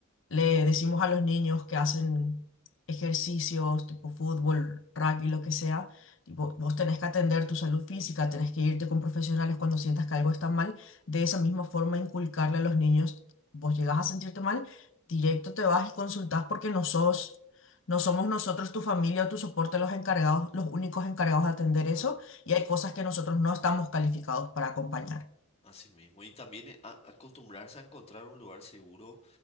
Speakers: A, on the left; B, on the left.
A: Le decimos a los niños que hacen ejercicios tipo fútbol, rugby, lo que sea, tipo, vos tenés que atender tu salud física, tenés que irte con profesionales cuando sientas que algo está mal. De esa misma forma, inculcarle a los niños, vos llegas a sentirte mal, directo te vas y consultás porque no sos, no somos nosotros, tu familia o tu soporte los encargados, los únicos encargados de atender
B: Claro,
A: eso, y
B: sí,
A: hay cosas que nosotros no estamos calificados para acompañar.
B: así mismo. Y también eh, a- acostumbrarse a encontrar un lugar seguro